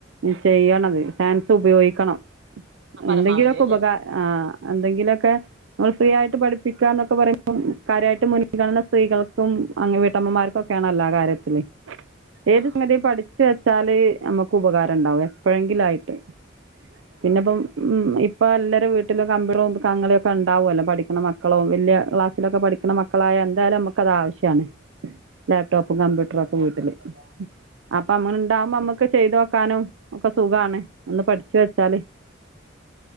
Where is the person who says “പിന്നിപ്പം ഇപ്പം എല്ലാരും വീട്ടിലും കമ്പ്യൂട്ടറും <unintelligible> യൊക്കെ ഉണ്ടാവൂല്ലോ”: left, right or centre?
Right